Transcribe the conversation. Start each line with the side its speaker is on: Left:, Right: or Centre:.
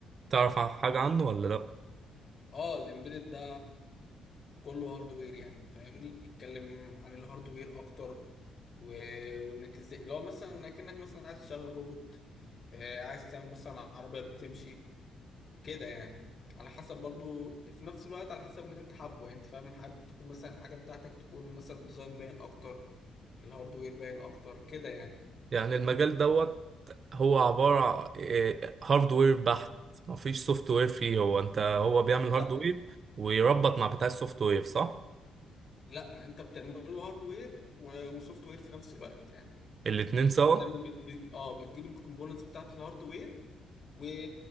Right: تعرف ع- حاجة عنه ولا لا
Left: اه الامبيدد ده كله هاردوير يعني فاهمني بيتكلم عن الهاردوير اكتر و... وانك ازاي لو مثلا انك انك مثلا عايز تشغل روبوت آه، عايز تعمل مثلا عربية بتمشي كده يعني على حسب برضو في نفس الوقت على حسب اللي انت حابه يعني انت فاهم حابب تكون مثلا الحاجة بتاعتك تكون مثلا ديزاين باين اكتر الهاردوير باين اكتر كده يعني
Right: يعني المجال دوت هو عبارة إيه، هاردوير بحت مفيش سوفت وير فيه هو انت هو بيعمل
Left: لا
Right: هاردوير ويربط مع بتاع السوفت وير صح؟
Left: لا انت بتعمل له هاردوير و- وسوفت وير في نفس الوقت يعني
Right: الاتنين
Left: انت
Right: سوا؟
Left: بتعمل بت... بت- اه بتجيب الكومبوننتس بتاعت الهاردوير و-